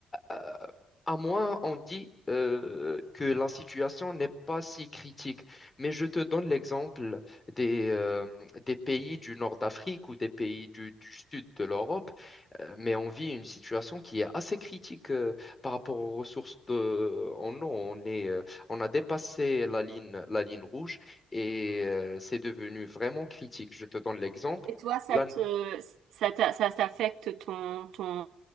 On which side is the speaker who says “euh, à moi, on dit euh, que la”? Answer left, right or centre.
Left